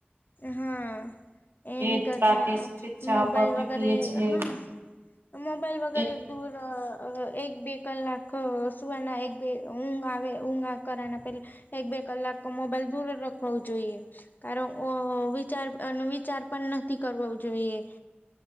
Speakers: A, on the left; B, on the right.
A: હા એની
B: એ
A: કરતા
B: રાતે શું છે ચા
A: મોબાઈલ
B: કોફી
A: વગેરે
B: પીએ છે
A: હા મોબાઈલ વગેરે
B: એ
A: દૂર એક બે કલાક સુવના એક બે ઊંઘ આવે ઊંઘા કરવાના પહેલાં એક બે કલાક મોબાઈલ દૂર રાખવા જોઈએ કારણ વિચાર વિચાર પણ નથી કરો જોઈએ.